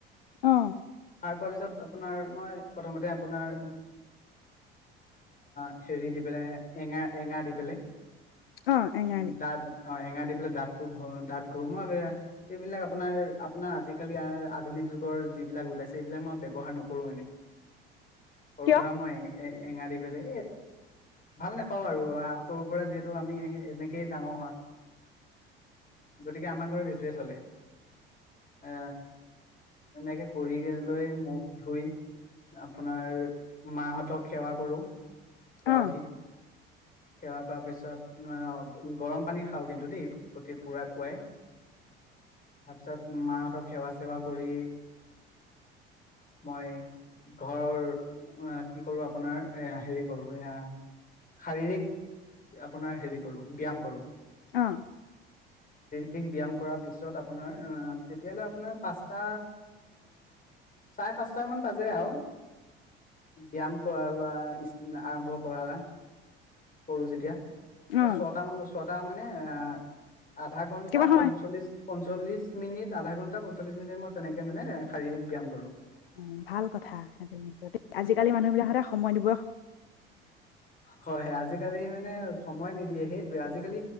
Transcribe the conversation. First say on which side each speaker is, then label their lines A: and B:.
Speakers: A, on the left; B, on the left.
A: অ',
B: সাৰ পুৱাৰ পিছত আপোনাৰ মই প্ৰথমতে আপোনাৰ এ হেৰি দি পেলে এঙা - এঙা দি পেলে।
A: অ', এঙাৰলি
B: উম তাৰ অ এঙাৰ দি পেলাই দাঁতটো ঘ দাঁত ঘহো। এইবিলাক আপোনাৰ আপোনাৰ আজিকালি আধুনিক যুগৰ যিবিলাক ওলাইছে এইবিলাক মই ব্যয়ৱহাৰ নকৰো এনেই। সৰুৰ
A: কিয়?
B: পৰা মই এঙাৰ এঙাৰ দি পেলাই। ভাল নাপাওঁ আৰু সৰুৰ পৰা যিহেতু আমি এনেকেই ডাঙৰ হোৱা, গতিকে আমাৰ ঘৰত সেইটোৱে চলে। এ এনেকে কৰি লৈ মুখ ধুই আপোনাৰ মাহঁতক সেৱা কৰো। পুৱা
A: অ',
B: উঠি। সেৱা কৰা পিছত গৰম পানী খাওঁ কিন্তু দেই প্ৰতি পুৱাই পুৱাই। তাৰপিছত মাহঁতক সেৱা- চেৱা কৰি, মই ঘৰৰ কি কৰো আপোনাৰ এ হেৰি। কৰো, এয়া শাৰীৰিক আপোনাৰ হেৰি কৰো ব্যয়াম কৰো।
A: অ।
B: ঠিক ব্যায়াম কৰাৰ পিছত আপোনাৰ তেতিয়ালে আপোনাৰ পাঁচটা চাৰে পাঁচট মান বাজে আৰু, ব্যয়ায়াম কৰা আৰম্ভ কৰা, কৰো যেতিয়া।
A: অ',
B: ছটা মান ছটা মানে। আআ আধা ঘণ্টা,
A: কিবা সময়
B: পঞ্চল্লিশ পঞ্চল্লিছ মিনিট আধা ঘণ্টা পঞ্চল্লিছ মিনিট মই তেনেকৈ মানে শাৰীৰিক ব্যায়ম কৰোঁ।
A: উম ভাল কথা, সেইটো আজিকালি মানুহবিলাকহতে সময় দিব
B: হয়, আজিকালি মানে সময় নিদিয়ে সেইটোৱে আজিকালি